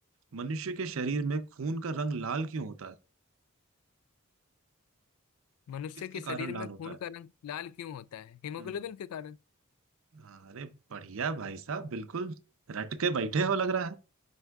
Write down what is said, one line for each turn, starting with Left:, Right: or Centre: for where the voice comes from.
Right: मनुष्य के शरीर में खून का रंग लाल क्यों होता है
Left: मनुष्य
Right: किसके
Left: के शरीर
Right: कारण
Left: में
Right: लाल होता
Left: खून
Right: है
Left: का रंग लाल क्यों होता है हीमोग्लोबिन
Right: हम्म
Left: के कारण
Right: अरे बढ़िया भाई साहब बिल्कुल रट के बैठे हो लग रहा